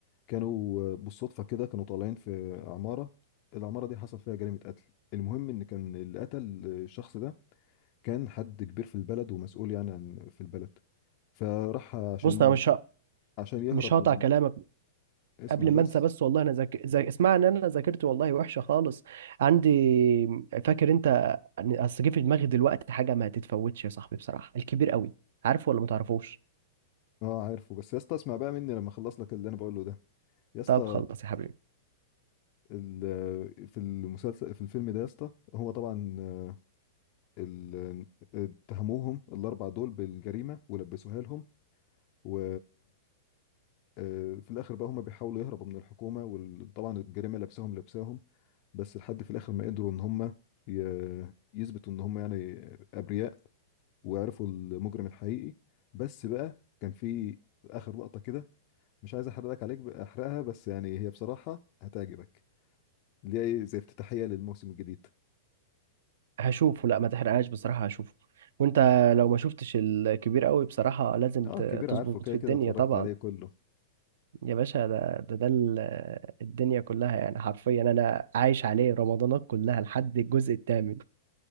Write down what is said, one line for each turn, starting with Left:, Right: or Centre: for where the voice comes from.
Left: كانوا بالصدفة كده كانوا طالعين في عمارة العمارة دي حصل فيها جريمة قتل المهم إن كان اللي قتل الشخص ده كان حد كبير في البلد ومسؤول يعني عن في البلد فراح عشان
Right: بص أنا مش ه-
Left: عشان يهرب
Right: مش هقطع
Left: من ال...
Right: كلامك
Left: اسمع
Right: قبل
Left: بس
Right: ما انسى بس والله انا ذاك... ذا- اسمع ان انا ذاكرت والله وحشه خالص عندي فاكر انت اصل جه في دماغي دلوقتي حاجه ما تتفوتش يا صاحبي بصراحه الكبير قوي عارفه ولا ما تعرفوش
Left: اه عارفه بس يا اسطى اسمع بقى مني لما اخلص لك اللي انا بقوله ده يا اسطى
Right: طب خلص يا حبيبي
Left: ال... في المسلسل في الفيلم ده يا اسطى هو طبعا آه، ال... اتهموهم الاربع دول بالجريمه ولبسوها لهم و آه، في الاخر بقى هم بيحاولوا يهربوا من الحكومه وطبعا الجريمه لابساهم لابساهم بس لحد في الاخر ما قدروا ان هم ي- يثبتوا ان هم يعني ابرياء وعرفوا المجرم الحقيقي بس بقى كان في اخر لقطه كده مش عايز احرق لك عليك احرقها بس يعني هي بصراحه هتعجبك اللي هي إيه، زي افتتاحيه للموسم الجديد
Right: هشوفه لا ما تحرقهاش بصراحه هشوفه وانت لو ما شفتش الكبير قوي بصراحه لازم
Left: اه
Right: ت-
Left: كبير
Right: تظبط
Left: عارفه كده
Right: في
Left: كده
Right: الدنيا
Left: اتفرجت
Right: طبعا
Left: عليه كله
Right: يا باشا ده ده, ده ال- الدنيا كلها يعني حرفيا انا عايش عليه رمضانات كلها لحد الجزء الثامن